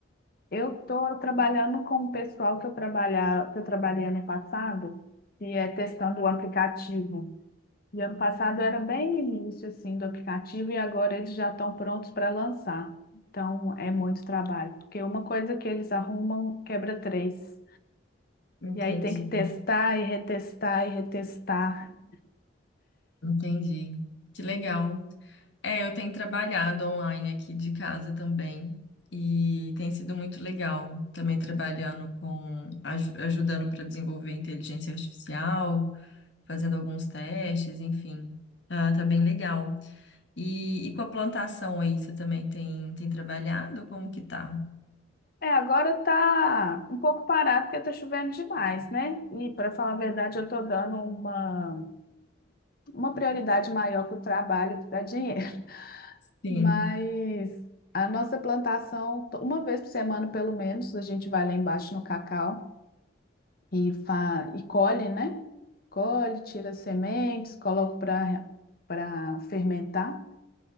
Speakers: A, on the left; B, on the left.
A: Eu tô trabalhando com o pessoal que eu trabalhar, que eu trabalhei ano passado, e é testando o aplicativo. E ano passado era bem início assim do aplicativo e agora eles já estão prontos para lançar. Então é muito trabalho, porque uma coisa que eles arrumam quebra três.
B: Entendi.
A: E aí tem que testar e retestar e retestar.
B: Entendi. Que legal. É, eu tenho trabalhado online aqui de casa também e tem sido muito legal. Também trabalhando com, aju- ajudando para desenvolver inteligência artificial, fazendo alguns testes, enfim. Tá, tá bem legal. E, e com a plantação aí, você também tem, tem trabalhado? Como que tá?
A: É, agora tá um pouco parado porque tá chovendo demais, né? E para falar a verdade, eu tô dando uma, uma prioridade maior para o trabalho que dá dinheiro. <laughs>
B: Sim,
A: Mas a nossa plantação, to- uma vez por semana pelo menos, a gente vai lá embaixo no Cacau e, fa... e colhe, né? Colhe, tira as sementes, coloco para para fermentar.